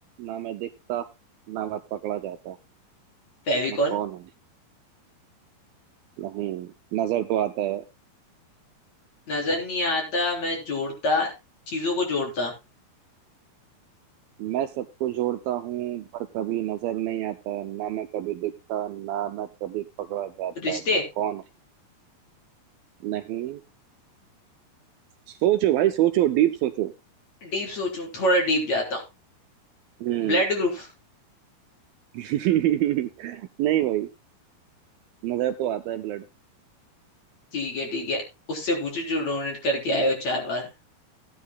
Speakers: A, on the right (about 80°); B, on the left (about 45°).
A: ना मैं दिखता ना मैं पकड़ा जाता
B: फेविकॉल
A: मैं कौन हूँ नहीं नजर तो आता है
B: नजर नहीं आता मैं जोड़ता चीजों को जोड़ता
A: मैं सबको जोड़ता हूँ पर कभी नजर नहीं आता ना मैं कभी दिखता ना मैं कभी पकड़ा जाता
B: रिश्ते
A: मैं कौन हूँ नहीं सोचो भाई सोचो डीप सोचो
B: डीप सोचूं थोड़ा डीप जाता
A: हम्म
B: हूँ ब्लड ग्रुप
A: नहीं भाई नजर तो आता है ब्लड
B: ठीक है ठीक है उससे पूछो जो डोनेट करके आए हो चार बार